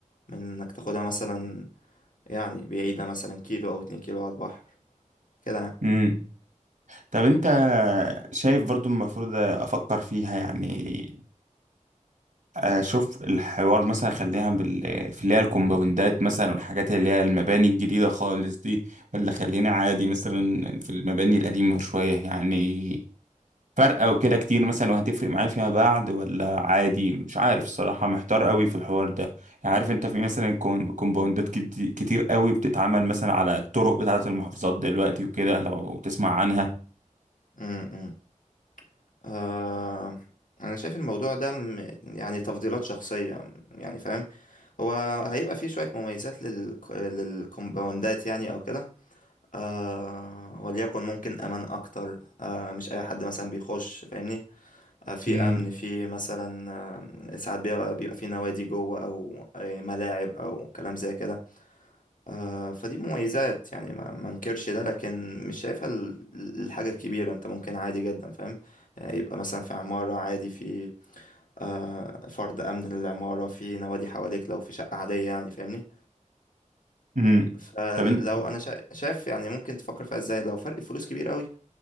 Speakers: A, on the left; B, on the right.
A: من إنك تاخدها مثلا يعني بعيدة مثلا كيلو أو اتنين كيلو على البحر كده يعني
B: مم. طب أنت شايف برضو المفروض أفكر فيها يعني أشوف الحوار مثلا خليها بال... في اللي هي الكومباوندات مثلا والحاجات اللي هي المباني الجديدة خالص دي ولا خلينا عادي مثلا في المباني القديمة شوية يعني فرقة وكده كتير مثلا وهتفرق معايا فيما بعد ولا عادي مش عارف الصراحة محتار قوي في الحوار ده يعني عارف انت في مثلا كون- كومباوندات كت- كتير قوي بتتعمل مثلا على الطرق بتاعة المحافظات دلوقتي وكده لو تسمع عنها
A: م- م. آه أنا شايف الموضوع ده م- يعني تفضيلات شخصية يعني فاهم هو هيبقى فيه شوية مميزات لل... للكومباوندات يعني أو كده آه وليكن ممكن أمان أكتر آه مش أي حد مثلا بيخش فاهمني آه في
B: امم
A: أمن في مثلا آه ساعات بيبقى, بيبقى في نوادي جوه أو آه، ملاعب أو كلام زي كده آه، فدي مميزات يعني ما ما انكرش ده لكن مش شايفها ال- الحاجة الكبيرة انت ممكن عادي جدا فاهم يعني يبقى مثلا في عمارة عادي في آه، فرض أمن للعمارة في نوادي حواليك لو في شقة عادية يعني فاهمني
B: امم
A: فلو
B: طب انت
A: أنا شا- شايف يعني ممكن تفكر فيها ازاي لو فرق الفلوس كبير قوي